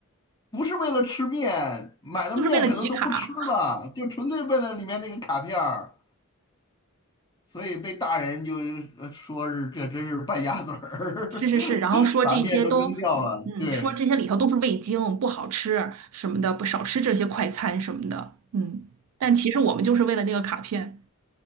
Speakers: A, on the left (about 20°); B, on the right (about 80°).
A: 不是为了吃面，买了面可能都不吃了，
B: 就是为了集卡。
A: 就纯粹为了里面那个卡片儿所以被大人就呃说是这真是败家子儿，
B: 是是是，然后说这些都，
A: <laughs> 把面都扔掉了。
B: 嗯，嗯说这些里头都是味精，
A: 对
B: 不好吃什么的，不少吃这些快餐什么的，嗯。但其实我们就是为了那个卡片，